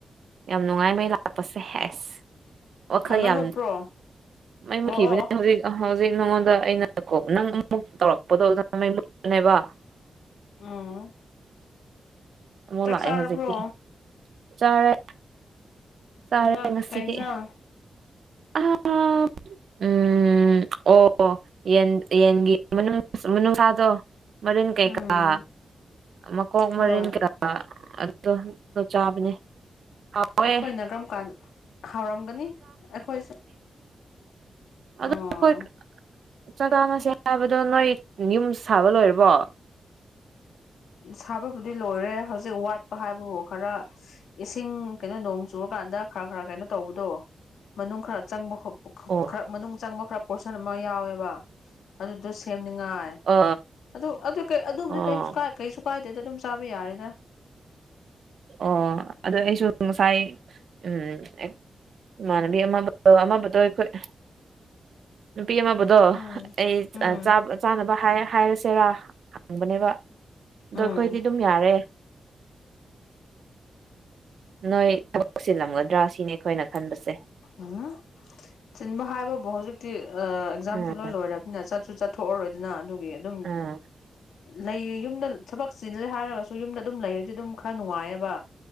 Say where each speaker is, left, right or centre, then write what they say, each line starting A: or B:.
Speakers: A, on the right; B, on the left.
A: ꯌꯥꯝ ꯅꯨꯡꯉꯥꯏ ꯃꯩ ꯂꯥꯛꯄꯁꯦ ꯍꯦꯁ ꯋꯥꯈꯜ
B: ꯃꯩ
A: ꯌꯥꯝ
B: ꯃꯨꯠꯄ꯭ꯔꯣ
A: ꯃꯩ ꯃꯨꯠꯈꯤꯕꯖꯦ
B: ꯑꯣ ꯑꯣ ꯑꯣ
A: ꯍꯧꯖꯤꯛ ꯍꯧꯖꯤꯛ ꯅꯉꯣꯟꯗ ꯑꯩꯅ <unintelligible> ꯑꯃꯨꯛ ꯇꯧꯔꯛꯄꯗꯣ ꯑꯗꯨꯗ ꯃꯩ ꯃꯨꯠꯄꯅꯦꯕ
B: ꯑꯣ
A: ꯑꯃꯨꯛ ꯂꯥꯛꯑꯦ
B: ꯆꯥꯔꯕ꯭ꯔꯣ
A: ꯍꯧꯖꯤꯛꯇꯤ ꯆꯥꯔꯦ ꯆꯥꯔꯦ
B: ꯀꯩ ꯏꯟꯖꯥꯡ
A: ꯉꯁꯤꯗꯤ
B: ꯀꯩ ꯏꯟꯖꯥꯡ
A: ꯑꯥ ꯎꯝ ꯑꯣ ꯌꯦꯟ ꯌꯦꯟꯒꯤ ꯃꯅꯨꯡ ꯃꯅꯨꯡꯁꯥꯗꯣ ꯃꯔꯤꯟ ꯀꯩꯀꯥ
B: ꯎꯝ
A: ꯃꯀꯣꯛ
B: ꯍꯣꯏ
A: ꯃꯔꯤꯟ <unintelligible> ꯑꯥ ꯑꯗꯣ ꯑꯗꯣ ꯆꯥꯕꯅꯦ ꯍꯥꯎꯋꯦ
B: ꯑꯩꯈꯣꯏꯅ ꯀꯔꯝ ꯀꯥꯟ ꯍꯥꯎꯔꯝꯒꯅꯤ ꯑꯩꯈꯣꯏꯁꯨ
A: ꯑꯗꯨ
B: ꯑꯣ
A: ꯈꯣꯏ ꯆꯥꯛ ꯆꯥꯅꯁꯦ ꯍꯥꯏꯕꯗꯣ ꯅꯣꯏ ꯌꯨꯝ ꯁꯥꯕ ꯂꯣꯏꯔꯕꯣ
B: ꯁꯥꯕꯕꯨꯗꯤ ꯂꯣꯏꯔꯦ ꯍꯧꯖꯤꯛ ꯋꯥꯠꯄ ꯍꯥꯏꯕꯕꯨ ꯈꯔ ꯏꯁꯤꯡ ꯀꯩꯅꯣ ꯅꯣꯡ ꯆꯨꯔꯀꯥꯟꯗ ꯈꯔ ꯈꯔ ꯀꯩꯅꯣ ꯇꯧꯕꯗꯣ ꯃꯅꯨꯡ ꯈꯔ ꯆꯪꯕ ꯈꯣꯠꯄ
A: ꯑꯣ
B: ꯈꯔ ꯃꯅꯨꯡ ꯆꯪꯕ ꯈꯔ ꯄꯣꯔꯁꯟ ꯑꯃ ꯌꯥꯎꯋꯦꯕ ꯑꯗꯨꯗꯣ ꯁꯦꯝꯅꯤꯡꯉꯥꯏ
A: ꯑ
B: ꯑꯗꯨ ꯑꯗꯨ ꯀꯩ ꯑꯗꯨꯕꯨꯗꯤ
A: ꯑꯣ
B: ꯀꯩꯝꯁꯨ ꯀꯥꯏ ꯀꯩꯁꯨ ꯀꯥꯏꯗꯦꯅ ꯑꯗꯨꯝ ꯆꯥꯕ ꯌꯥꯔꯦꯗ
A: ꯑꯣ ꯑꯗꯣ ꯑꯩꯁꯨ ꯉꯁꯥꯏ ꯎꯝ ꯑꯦ ꯏꯃꯥꯟꯅꯕꯤ ꯑꯃꯕꯗꯣ ꯑꯃꯕꯨꯗꯣ ꯑꯩꯈꯣꯏ ꯅꯨꯄꯤ ꯑꯃꯕꯨꯗꯣ
B: ꯎꯝ
A: ꯑꯩ
B: ꯎꯝ
A: ꯑ ꯆꯥꯛ ꯆꯥꯅꯕ ꯍꯥꯏꯔ ꯍꯥꯏꯔꯁꯦꯔꯥ ꯍꯪꯕꯅꯦꯕ ꯗꯣ
B: ꯎꯝ
A: ꯈꯣꯏꯗꯤ ꯑꯗꯨꯝ ꯌꯥꯔꯦ ꯅꯣꯏ ꯊꯕꯛ ꯆꯤꯜꯂꯝꯒꯗ꯭ꯔꯥ ꯁꯤꯅꯤ ꯑꯩꯈꯣꯏꯅ ꯈꯟꯕꯁꯦ
B: ꯎꯡ ꯆꯤꯟꯕ ꯍꯥꯏꯕꯕꯨ ꯍꯧꯖꯤꯛꯇꯤ ꯑ ꯑꯦꯛꯖꯥꯝꯁꯨ
A: ꯎꯝ
B: ꯂꯣꯏ ꯂꯣꯏꯔꯕꯅꯤꯅ ꯆꯠꯁꯨ ꯆꯠ ꯊꯣꯛꯑꯔꯣꯏꯗꯅ ꯑꯗꯨꯒꯤ ꯑꯗꯨꯝ
A: ꯎꯝ
B: ꯂꯩꯌꯦ ꯌꯨꯝꯗ ꯊꯕꯛ ꯆꯤꯜꯂꯦ ꯍꯥꯏꯔꯒꯁꯨ ꯌꯨꯝꯗ ꯑꯗꯨꯝ ꯂꯩꯔꯗꯤ ꯑꯗꯨꯝ ꯈꯔ ꯅꯨꯡꯉꯥꯏꯌꯦꯕ